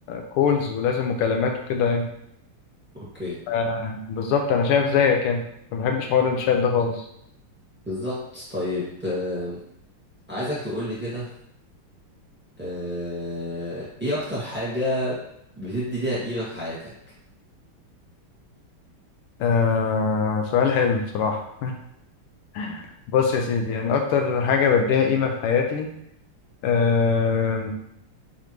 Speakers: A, on the left; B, in the centre.
A: كولز ولازم مكالمات وكده يعني
B: اوكي
A: آه، بالظبط انا شايف زيك يعني ما بحبش حوار الشات ده خالص
B: بالظبط طيب آه. عايزك تقولي كده آه. ايه اكتر حاجه بتدي ليها قيمه في حياتك
A: آه سؤال حلو بصراحه <laughs> بص يا سيدي يعني اكتر حاجه بديها قيمه في حياتي آه